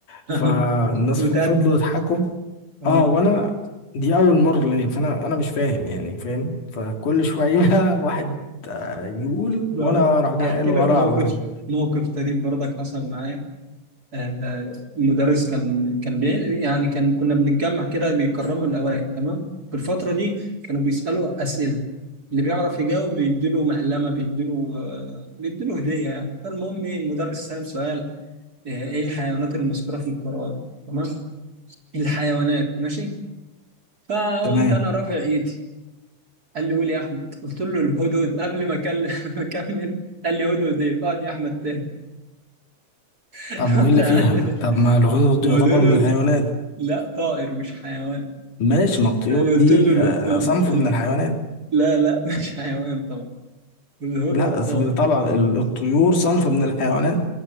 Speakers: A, on the right (about 30°); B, on the left (about 70°).
A: <laughs>
B: فالناس
A: متأدي
B: فضلوا يضحكوا
A: آه.
B: اه وانا دي اول مره ليا فانا انا مش فاهم يعني فاهم فكل شويه <laughs> واحد يقول
A: ب-
B: وانا اروح جاي
A: احكي
B: قال وراه
A: لك موقف
B: على طول
A: موقف طريف برضك حصل معايا آه، آه، المدرس كان كان بي يعني كان كنا بنتجمع كده بيكرموا الاوائل تمام في الفتره دي كانوا بيسالوا اسئله اللي بيعرف يجاوب بيديله مقلمه بيديله آه، بيديله هديه يعني فالمهم إيه، المدرس سأل سؤال آه، ايه الحيوانات المذكوره في القرآن تمام الحيوانات ماشي فقمت
B: تمام
A: انا رافع ايدي قال لي قول يا احمد قلت له الهدهد قبل ما اكلم <laughs> ما اكمل قال لي هدهد ايه اقعد يا احمد تاني <laughs> رحت
B: طب وايه
A: قعدت
B: اللي
A: تاني
B: فيها طب ما الغدد
A: ما
B: دي يعتبر
A: هو الهدهد
B: من الحيوانات
A: لا طائر مش حيوان
B: ماشي ما الطيور
A: انا قلت
B: دي
A: له ال...
B: آه،
A: ال...
B: صنف
A: ال...
B: من الحيوانات
A: لا لا <laughs> مش حيوان طبعا الهدهد
B: لا
A: طائر
B: طبعا ال- الطيور صنف من الحيوانات